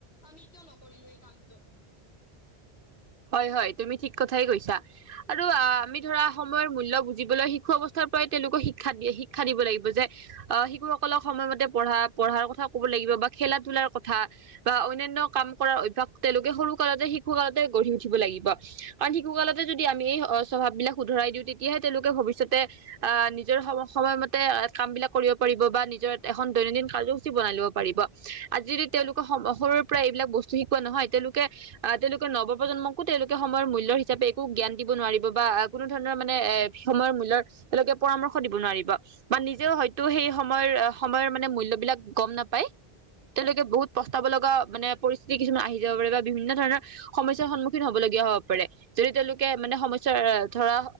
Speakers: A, on the left; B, on the right.
A: আমি কিয় নকৰিলো এই কামটো
B: <inaudible> হয় হয় তুমি ঠিক কথাই কৈছা আৰু আমি ধৰা সময়ৰ মূল্য বুজিবলৈ শিশু অৱস্থাৰ পৰাই তেওঁলোকক শিক্ষা শিক্ষা দিব লাগিব যে আহ শিশুসকলক সময়মতে পঢ়া পঢ়াৰ কথা ক'ব লাগিব বা খেলা ধূলাৰ কথা বা অন্যান্য কাম কৰাৰ অভ্যাস তেওঁলোকে সৰু কালতে শিশু কালতে গঢ়ি উঠিব লাগিব কাৰণ শিশু কালতে যদি আমি এই স্বভাৱ বিলাক শুধৰাই দিওঁ তেতিয়াহে তেওঁলোকে ভৱিষ্যতে আহ নিজৰ সম সময়মতে কাম বিলাক কৰিব পাৰিব বা নিজৰ এখন দৈনন্দিন কাৰ্যসূচী বনাই ল'ব পাৰিব আজি যদি তেওঁলোকে স সৰুৰে পৰা এইবিলাক বস্তু শিকোৱা নহয় তেওঁলোকে আহ তেওঁলোকে নৱ প্ৰজন্মকো তেওঁলোকে সময়ৰ মূল্যৰ হিচাপে একো জ্ঞান দিব নোৱাৰিব বা কোনো ধৰণৰ মানে এ সময়ৰ মূল্যৰ তেওঁলোকে পৰামৰ্শ দিব নোৱাৰিব বা নিজেও হয়তো সেই সময়ৰ সময়ৰ মানে মূল্যবিলাক গম নাপায়। তেওঁলোকে বহুত পস্তাব লগা মানে পৰিস্থিতি কিছুমান আহি যাব পাৰে বা বিভিন্ন ধৰণৰ। সমস্যাৰ সন্মুখীন হ'বলগীয়া হ'ব পাৰে। যদি তেওঁলোকে মানে সমস্যাৰ ধৰা